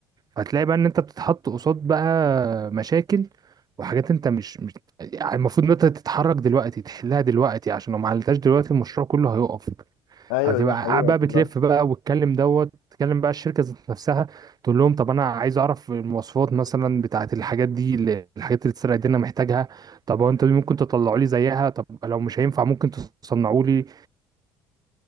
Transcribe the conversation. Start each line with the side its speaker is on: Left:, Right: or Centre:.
Right: هتلاقي بقى ان انت بتتحط قصاد بقى مشاكل وحاجات انت مش, مش يعني المفروض ان انت تتحرك دلوقتي تحلها دلوقتي عشان لو ما حلتهاش دلوقتي المشروع كله هيقف
Left: ايوه
Right: هتبقى
Left: دي حقيقه
Right: قاعد بقى بتلف
Left: بصراحه
Right: بقى وتكلم دوت تكلم بقى الشركه ذات نفسها تقول لهم طب انا عايز اعرف المواصفات مثلا بتاعه الحاجات دي اللي- الحاجات اللي اتسرقت دي انا محتاجها طب هو انتوا دي ممكن تطلعوا لي زيها طب لو مش هينفع ممكن تصنعوا لي